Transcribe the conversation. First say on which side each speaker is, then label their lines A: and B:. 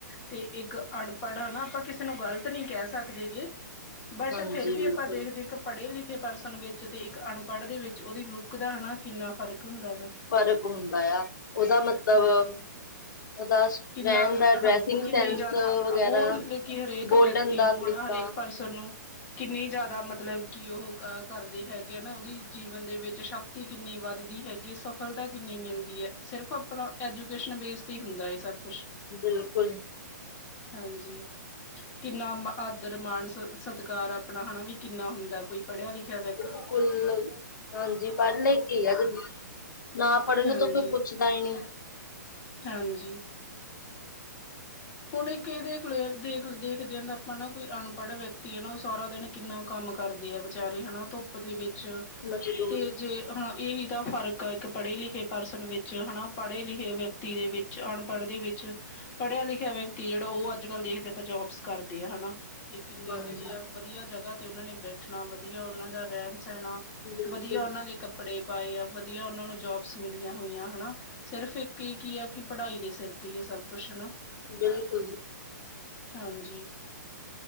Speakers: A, on the left; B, on the left.
A: ਤੇ ਇੱਕ ਅਨਪੜ੍ਹ ਹਨਾ, ਆਪਾਂ ਕਿਸੇ ਨੂੰ ਗਲਤ ਨੀ ਕਹਿ ਸਕਦੇ ਗੇ ਬਟ
B: ਹਾਂਜੀ
A: ਫੇਰ ਵੀ
B: ਬਿਲਕੁਲ
A: ਆਪਾਂ ਦੇਖਦੇ ਇੱਕ ਪੜੇ ਲਿਖੇ ਪਰਸਨ ਵਿੱਚ ਤੇ ਇੱਕ ਅਨਪੜ੍ਹ ਦੇ ਵਿੱਚ ਉਹਦੀ ਲੁੱਕ ਦਾ, ਹਨਾ ਕਿੰਨਾ ਫ਼ਰਕ ਹੁੰਦਾ ਗਾ
B: ਫਰਕ ਹੁੰਦਾ ਆਂ, ਉਹਦਾ ਮਤਲਬ
A: ਹਾਂਜੀ
B: ਉਹਦਾ
A: ਕਿੰਨਾ,
B: ਰਹਿਣ ਦਾ ਡਰੈਸਿੰਗ
A: ਹਾਂਜੀ ਕਿੰਨੀ
B: ਸੈਂਸ
A: ਜ਼ਾਦਾ,
B: ਵਗੈਰਾ
A: ਉਹ ਮਤਲਬ ਕਿ ਹਰੇਕ
B: ਬੋਲਣ
A: ਵਿਅਕਤੀ
B: ਦਾ
A: ਨੂੰ
B: ਤਰੀਕਾ
A: ਹਨਾ ਹਰੇਕ ਪ ਪਰਸਨ ਨੂੰ ਕਿੰਨੀ ਜ਼ਿਆਦਾ ਮਤਲਬ ਕਿ ਉਹ, ਕਰਦੇ ਹੈਗੇ ਹੈ ਨਾ ਉਹਦੀ ਜੀਵਨ ਦੇ ਵਿੱਚ ਸ਼ਕ ਸ਼ਕਤੀ ਕਿੰਨੀ ਵੱਧਦੀ ਹੈਗੀ ਹੈ, ਸਫਲਤਾ ਕਿੰਨੀ ਮਿਲਦੀ ਐ, ਸਿਰਫ਼ ਆਪਣਾ ਐਜੂਕੇਸ਼ਨ ਬੇਸ ਤੇ ਹੁੰਦਾ ਐ ਸਭ ਕੁਛ
B: ਬਿਲਕੁਲ
A: ਹਾਂਜੀ, ਕਿੰਨਾ ਮਾ, ਆਦਰ-ਮਾਣ ਸਤ, ਸਤਕਾਰ ਆਪਣਾ, ਹਨਾ ਵੀ ਕਿੰਨਾ ਹੁੰਦਾ। ਕੋਈ ਪੜਿਆਂ-ਲਿਖਿਆ ਵੇ
B: ਬਿਲਕੁਲ, ਹਾਂਜੀ ਪੜ-ਲਿਖ ਕੇ ਈ ਆ ਜਿੰਦ। ਨਾ ਪੜੇ ਨੂੰ
A: ਹਾਂਜੀ
B: ਤਾਂ ਕੋਈ ਪੁੱਛਦਾ ਈ ਨੀ।
A: ਹਾਂਜੀ ਹੁਣ ਇੱਕ ਐ ਦੇਖ ਲਿਆ ਦੇਖ ਦੇਖਦਿਆਂ ਦਾ ਆਪਾਂ ਨਾ ਕੋਈ ਅਨਪੜ ਵਿਅਕਤੀ ਆ ਨਾ ਓ ਸਾਰਾ ਦਿਨ ਕਿੰਨਾ ਕੰਮ ਕਰਦੇ ਆ ਵਿਚਾਰੇ ਹਨਾ ਧੁੱਪ ਦੇ ਵਿੱਚ
B: ਮਜ਼ਦੂਰੀ।
A: ਤੇ ਜੇ ਹਾਂ ਏ ਹੀ ਤਾਂ ਫ਼ਰਕ ਆ ਇੱਕ ਪੜੇ ਲਿਖੇ ਪਰਸਨ ਵਿੱਚ ਹਨਾ ਪੜੇ ਲਿਖੇ ਵਿਅਕਤੀ ਦੇ ਵਿ ਚ ਅਨਪੜ ਦੇ ਵਿੱਚ ਪੜਿਆ ਲਿਖਿਆ ਵਿਅਕਤੀ ਜੇੜਾ ਓ ਅੱਜ-ਕੱਲ ਦੇਖਦੇ ਆ ਆਪਾਂ ਜੋਬਸ ਕਰਦੇ ਆ ਹਨਾ ਤੇ ਕਿੰਨੀ
B: ਹਾਂਜੀ
A: ਵਧੀਆ-ਵਧੀਆ ਜਗਾਂ ਤੇ ਉਨਾਂ ਨੇ ਬੈਠਣਾ ਵਧੀਆ ਉਨਾਂ ਦਾ ਰੈਂਣ ਸੈਣਾ
B: ਬਿਲਕੁਲ
A: ਵਧੀਆ ਉਨਾਂ ਦੇ ਕੱਪੜੇ ਪਾਏ ਆ ਵਧੀਆ ਉਨਾਂ ਨੂੰ ਜੋਬਸ ਮਿਲੀਆਂ ਹੋਈਆਂ ਹਨਾ। ਸਿਰਫ਼ ਇੱਕ ਈ ਕੀ ਆ ਕਿ ਪੜਾਈ ਦੇ ਸਿਰ ਤੇ ਈ ਆ ਸਭ ਕੁਸ਼ ਹਨਾ।
B: ਬਿਲਕੁੱਲ ਜੀ।
A: ਹਾਂਜੀ,